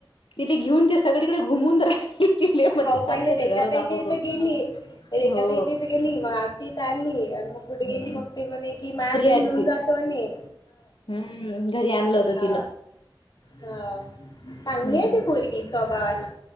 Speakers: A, on the left; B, on the left.
A: तिला घेऊन दिसत. सगळीकडे घुमून राहिली तिले मग
B: हाव
A: ते
B: पहिले
A: चालतो
B: रेखा
A: घर
B: ताईच्या
A: दाखवतो
B: इथं गेली रेखा
A: हो.
B: ताईच्या इथं गेली मग आमची तारली आणि मग कुठे
A: हम्म
B: गेली मग ते म्हणे कि माया घरी
A: आली
B: घऊन
A: ती
B: जातो म्हणे.
A: हम्म घरी आणलं होतं
B: हा
A: तिनं
B: हा चांगली
A: हम्म
B: आहे ते पोरगी. भान